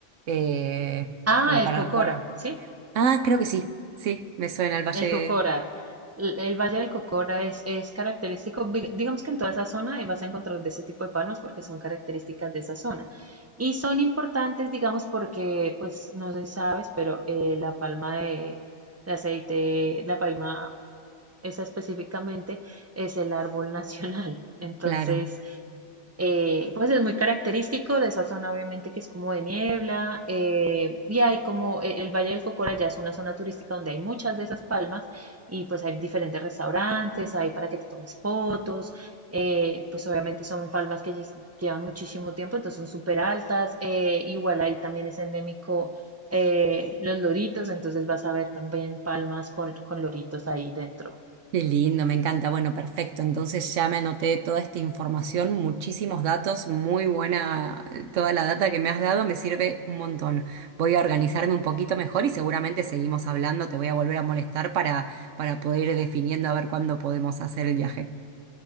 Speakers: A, on the right; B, on the right.
A: eh,
B: Ah,
A: como para
B: el cocora,
A: recorrer.
B: ¿sí?
A: Ah, creo que sí, sí, me suena el valle,
B: El Cocora. L- El Valle del Cocora es, es característico, dig- digamos que en toda esa zona eh, vas a encontrar de ese tipo de palmas porque son características de esa zona. Y son importantes, digamos, porque, pues, no sé si sabes, pero eh, la palma de, de aceite, la palma esa específicamente, es el árbol nacional. <laughs> Entonces,
A: claro.
B: eh, pues es muy característico de esa zona, obviamente, que es como de niebla, eh, y hay como eh, el Valle del Cocora ya es una zona turística donde hay muchas de esas palmas, y pues hay diferentes restaurantes, hay para que te tomes fotos, eh, pues obviamente son palmas que lle- llevan muchísimo tiempo, entonces son súper altas, eh, igual ahí también es endémico eh, los loritos, entonces vas a ver también palmas con, con loritos ahí dentro.
A: Qué lindo, me encanta. Bueno, perfecto. Entonces ya me anoté toda esta información, muchísimos datos, muy buena. eh, Toda la data que me has dado me sirve un montón. Voy a organizarme un poquito mejor y seguramente seguimos hablando. Te voy a volver a molestar para, para poder ir definiendo a ver cuándo podemos hacer el viaje.